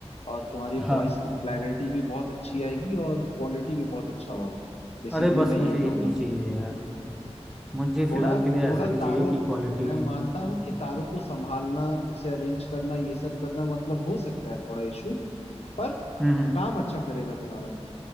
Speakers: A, on the left (about 65°); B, in the centre.
A: और तुम्हारी
B: हाँ
A: वॉइस की क्लैरिटी भी बहुत अच्छी आएगी और क्वालिटी भी बहुत अच्छा होगा बेसिकली
B: अरे बस
A: मैं यही
B: मुझे
A: कहूंगा
B: यही चाहिए यार मुझे फिलहाल
A: थोड़ा
B: के लिए
A: थोड़ा
B: ऐसा ही
A: तारों
B: चाहिए कि क्वालिटी
A: मैं मानता हूँ कि तारों को संभालना उसे अरेंज करना ये सब करना मतलब हो सकता है थोड़ा इशू पर
B: हम्म हम्म,
A: काम अच्छा करेगा तुम्हारा